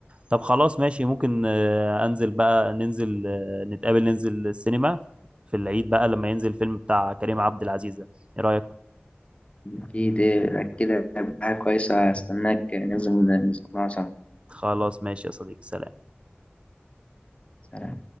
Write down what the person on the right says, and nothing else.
طب خلاص ماشي ممكن آه، أنزل بقى ننزل آه، نتقابل ننزل السينما في العيد بقى لما ينزل الفيلم بتاع كريم عبد العزيز ده إيه رأيك؟
خلاص ماشي يا صديقي سلام